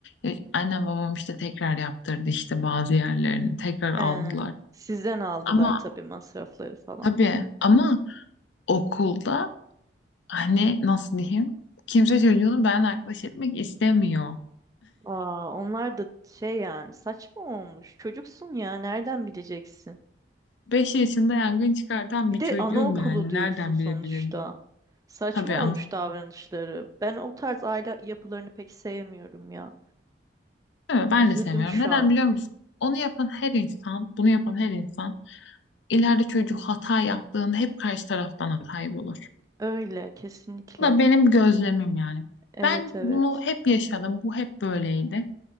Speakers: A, on the left (about 70°); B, on the right (about 20°).
A: E, annem babam işte tekrar yaptırdı işte bazı yerlerini tekrar aldılar.
B: He, sizden aldılar
A: Ama
B: tabii masrafları falan.
A: tabii ama okulda hani nasıl diyeyim kimse çocuğunu ben arkadaş etmek istemiyor.
B: Aa, onlar da şey yani saçma olmuş. Çocuksun ya nereden bileceksin?
A: Beş yaşında yangın çıkartan
B: Bir
A: bir
B: de
A: çocuğum
B: anaokulu
A: yani
B: diyorsun
A: nereden
B: sonuçta.
A: bilebilirim?
B: Saçma
A: Tabii
B: olmuş davranışları. Ben o tarz aile yapılarını pek sevmiyorum ya.
A: Evet, ben
B: Üzüldüm
A: de sevmiyorum.
B: şu
A: Neden
B: an.
A: biliyor musun? Onu yapan her insan, bunu yapan her insan ileride çocuk hata yaptığında hep karşı taraftan hatayı bulur.
B: Öyle kesinlikle.
A: Bu da benim gözlemim yani.
B: Evet
A: Ben
B: evet.
A: bunu hep yaşadım. Bu hep böyleydi.